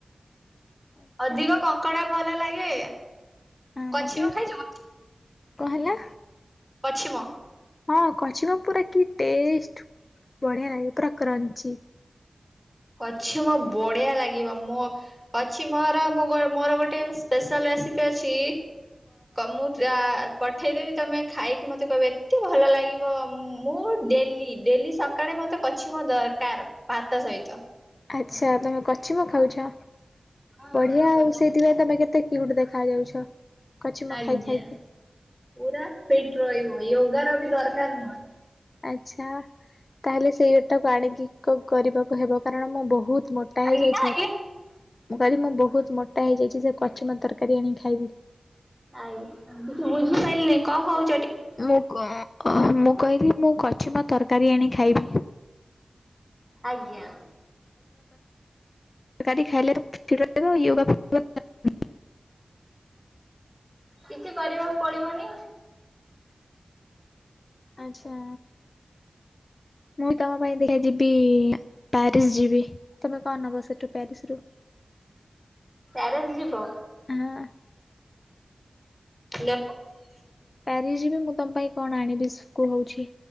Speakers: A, on the left; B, in the centre.
A: ଆଚ୍ଛା
B: ଅଧିକ କଙ୍କଡା ଭଲ ଲାଗେ?
A: ହଁ
B: କଛିମ
A: ମତେ ବି
B: ଖାଇଛ?
A: କଣ ହେଲା?
B: କଛିମ।
A: ହଁ କଚିମ ପୁରା କି ଟେଷ୍ଟ ବଢିଆ ଲାଗେ ପୁରା କ୍ରଞ୍ଚି
B: କଛିମ ମୋ ବଢିଆ ଲାଗିବ ମୋ କଛିମ ମୋର ମୋର ଗୋଟେ ସ୍ପେଶାଲ ରେ ଅଛି ମୁଁ ପଠେଇଦେବି ତମେ ଖାଇକି ମତେ କହିବ ଏତେ ଭଲ ଲାଗିବ ମୁଁ ଡେଲି ଡେଲି ସକାଳେ ମତେ କଛିମ ଦରକାର ଭାତ ସହିତ।
A: ଆଚ୍ଛା ତମେ କଚିମ ଖାଉଛ
B: ହଁ
A: ବଢିଆ
B: ଆମ କଛିମ
A: ଆଉ ସେଇଥିପାଇଁ ତମେ କେତେ କ୍ୟୁଟ ଦେଖା ଯାଉଛ। କଚିମ
B: ଆଜ୍ଞା
A: ଖାଇ ଖାଇକି।
B: ପୁରା ଫିଟ ରହିବ ୟୋଗା ର ବି ଦରକାର ନାହିଁ।
A: ଆଛା ତାହେଲେ ସେଇଟାକୁ ଆଣିକି କଣ କରିବାକୁ ହେବ। କାରଣ ମୁଁ ବହୁତ ମୋଟା
B: ଆଜ୍ଞା
A: ହେଇଯାଇଛି
B: ଆଜ୍ଞା।
A: ମୁଁ କହଲି ମୁଁ ବହୁତ ମୋଟା ହେଇଯାଇଛି ସେ କଛିମ ତରକାରୀ ଆଣି ଖାଇବି।
B: ଆଜ୍ଞା କିଛି ବୁଝିପାରିଲିନି କଣ କହୁ
A: ମୁଁ ମୁଁ କହିଲି ମୁଁ ଛି ମୁଁ ତରକାରୀ ଆଣି ଖାଇବି।
B: ଆଜ୍ଞା।
A: ତରକାରୀ ଖାଇ <unintelligible>
B: କିଛି କରିବାକୁ ପଡିବନି।
A: ଆଚ୍ଛା। ମୁଁ ତମ ପାଇଁ ଦେଖ ଯିବି ପ୍ୟାରିସ ଯିବି ତମେ କଣ ନବ ସେଠୁ ପ୍ୟାରିସ ରୁ
B: ପ୍ୟାରିସ ଯିବ?
A: ହଁ।
B: <unintelligible>
A: ପ୍ୟାରିସ ଯିବି ମୁଁ ତମ ପାଇଁ କଣ ଆଣିବି କୁହଉଛି।